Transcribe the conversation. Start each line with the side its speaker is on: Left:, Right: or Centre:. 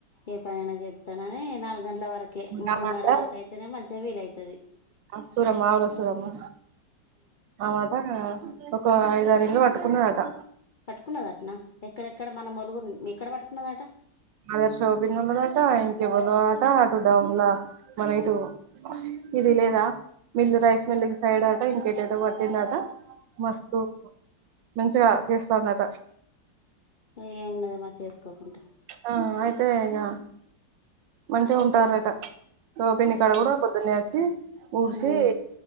Left: ఏ పనైనా చెత్తనని నాలుగు గంటల వరకే మూడున్నర
Right: ఆ మాట
Left: వరకు అయితేనే మంచిగా వీలయితది
Right: ఆకుకురమ్మా అనాస్తది అమ్మా ఆమాటా ఒక ఐదారు ఇళ్లు పట్టుకున్నారట
Left: పట్టుకున్నద అటనా ఎక్కడెక్కడ మన మోలుగు ఎక్కడ పట్టుకున్నదట
Right: అదర్శోపింగ్ ఒళ్ళదటా ఇంకెవ్వలో అట అటు డౌన్ ల మన ఇటు ఇది లేదా మిల్లు రైస్ మిల్లు సైడ్ అట ఇంకే ఎటో ఎటో పట్టిందా అట మస్తు మంచిగా చేస్తాందట
Left: ఏమి ఉన్నది మారి చేసుకోకుంటే
Right: ఆ అయితే ఇగ మంచిగా ఉంటారట షాపిన్ని
Left: ఉమ్,
Right: కాడ కూడా పొద్దున్నే అచ్చి ఉడ్సి
Left: ఉమ్,